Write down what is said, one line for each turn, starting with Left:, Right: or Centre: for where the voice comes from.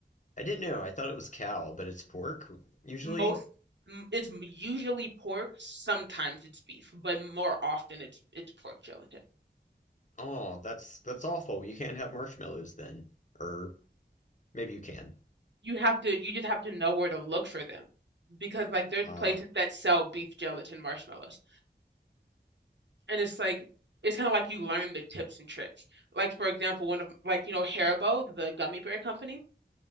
Left: I didn't know. I thought it was cow, but it's pork usually.
Right: Most m- it's m- usually pork, sometimes it's beef, but more often it's it's pork gelatin.
Left: Oh, that's that's awful. You can't have marshmallows then. Or maybe you can.
Right: you have to you just have to know where to look for them because like there's
Left: Uh,
Right: places that sell beef gelatin marshmallows and it's like it's kind of like you learn the tips and tricks like for example one of like you know Haribo the gummy bear company